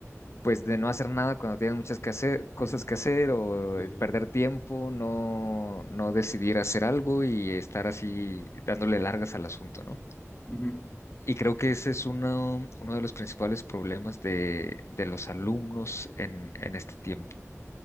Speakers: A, on the left (about 60°); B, on the left (about 20°).
A: pues, de no hacer nada cuando tienes muchas que hacer- cosas
B: <laughs>
A: que hacer o
B: Sí,
A: eh,
B: ¿no?
A: perder tiempo, no, no decidir hacer algo y estar así dándole largas al asunto, ¿no?
B: Ujú.
A: Y creo que ese es uno, uno de los principales problemas de, de los alumnos en, en este tiempo.